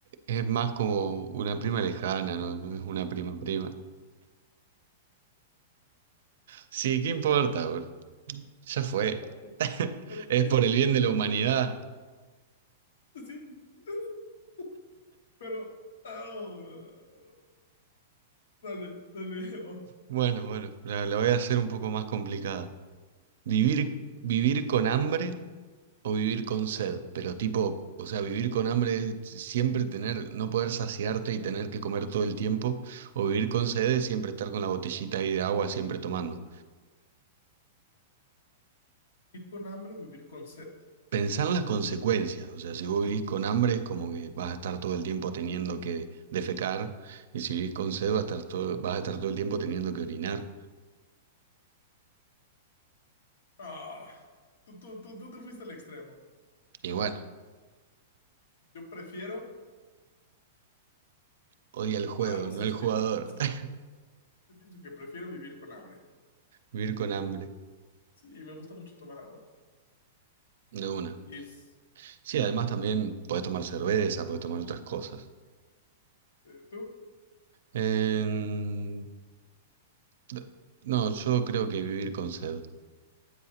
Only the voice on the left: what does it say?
Ok, ok,
ok.
Sí. <laughs> Pero, ah, oh, no, no. dale, dale, <laughs> oh,
ok.
¿Vivir con hambre o vivir con sed?
Ah, tú, tú, tú, tú te fuiste al extremo.
Yo prefiero,
ah, no
sé,
es
que, es que
yo pienso que prefiero vivir con hambre.
Sí, me gusta mucho tomar agua.
Liz,
ajá,
sí, ¿tú?